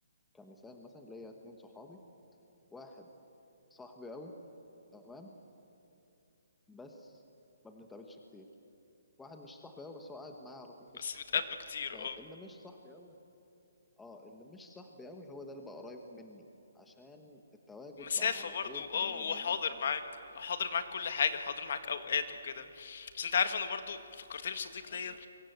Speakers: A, in the centre; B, on the left (about 45°).
A: كمثال مثلا ليا اتنين صحابي واحد صاحبي قوي تمام بس ما بنتقابلش كتير واحد مش صاحبي قوي بس هو قاعد معايا على طول في السكن
B: بس بتقابله كتير
A: فاللي
B: اه
A: مش صاحبي قوي اه اللي مش صاحبي قوي هو ده اللي بقى قريب مني عشان التواجد
B: مسافة
A: بقى على
B: برضو
A: طول
B: اه
A: فدايما
B: هو
A: يومنا
B: حاضر
A: كله
B: معاك
A: مع
B: هو حاضر معاك كل حاجة حاضر معاك اوقات
A: بعض.
B: وكده
A: ايوه
B: بس انت عارف انا برضو فكرتني بصديق
A: ايوه
B: ليا